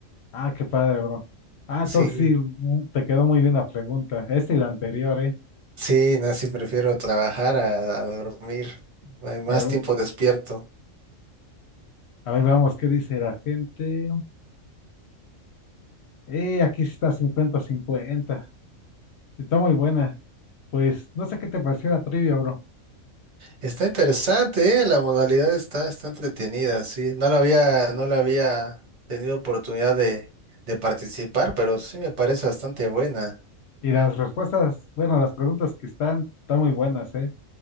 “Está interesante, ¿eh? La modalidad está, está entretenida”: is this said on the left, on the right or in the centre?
Right